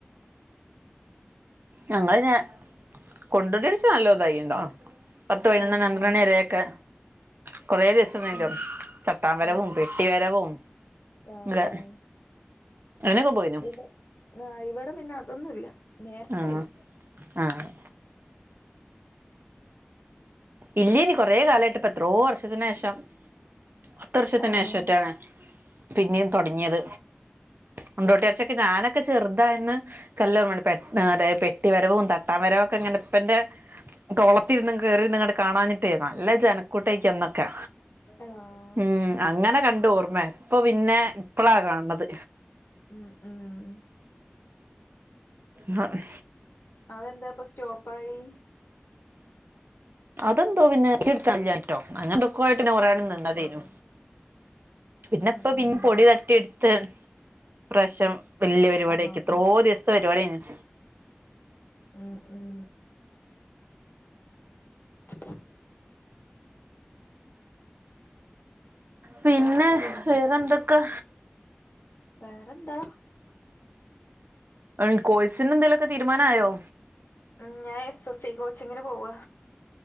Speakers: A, on the right (about 60°); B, on the left (about 70°).
A: ഞങ്ങളയ്ന് കൊണ്ടോട്ടി നേർച്ച നല്ലോം ഇതായിണ്ടാം. പത്ത് പയിനൊന്നണി
B: ആഹ്
A: പന്ത്രണ്ട്
B: ഉം
A: മണി വരേയൊക്കെ കുറേ ദിവസം <unintelligible>
B: ഉം
A: ചട്ടാൻ വരവും
B: ആഹ്
A: പെട്ടി വരവും
B: ആഹ്
A: ഒക്കെ അയ്നൊക്കെ പോയിനു.
B: ഇവ ആഹ് ഇവടെ പിന്നെ അതൊന്നുല്ല. നേർച്ചല്ല.
A: ആഹ് ആഹ് ഇല്ല്യേനി. കൊറെ കാലായിട്ട് ഇപ്പ എത്രോ വർഷത്തിന് ശേഷം ത്ത് വർഷത്തിന്
B: ആഹ്
A: ശേഷറ്റേണ് പിന്നിം തൊടങ്ങിയത്. കൊണ്ടോട്ടി നേർച്ചെ ക്കെ ഞാനൊക്കെ ചെറുതായന്ന് ഇൻകല്ലോർമ്മണ്ട് പെ അതായത് പെട്ടി വരവും തട്ടാൻ വരവും ഒക്കെങ്ങനെ പ്പന്റെ തോളത്തിര്ന്ന് കേറിന്ന്ങ്ങാണ്ട് കാണാഞ്ഞി ട്ടെ നല്ല ജനക്കൂട്ടെയ്ക്കെന്നൊക്കെ.
B: ആഹ്
A: ഉം അങ്ങനെ കണ്ട ഓർമ്മെ. ഇപ്പൊ പിന്നെ ഇപ്പളാ കാണ് ണത്.
B: ഉം. ഉം
A: മഹ്
B: അതെന്തേ അപ്പൊ സ്റ്റോപ്പായി
A: അതെന്തോ പിന്നെ നെറ്റ്ടാല്ലാഞ്ഞ്ട്ടോ അങ്ങനെ എന്തൊക്കോ ആയിട്ട് പിന്നെ കൊറേ നേരം നിന്നതേനു.
B: ഓഹ്
A: പിന്നപ്പം
B: ഉം
A: പിൻ
B: ഉം
A: പൊടി തട്ടിഇടുത്ത്. ഇപ്രാവശ്യം വെല്ല്യ പരിപാടി
B: ആഹ്
A: ആക്കി. എത്രോ ദിവസ്ത്തെ പരിപാട്യേനിം.
B: ഉം ഉം <unintelligible>
A: പിന്നെ
B: പിന്നെ
A: വേറെന്തൊക്കെ
B: വേറെന്താ
A: <unintelligible> കോഴ്സിന് എന്തെലൊക്കെ തീരുമാനം ആയൊ.
B: ഉം ഞാൻ എസ് എസ് സി കോച്ചിങ്ങിന് പോവ.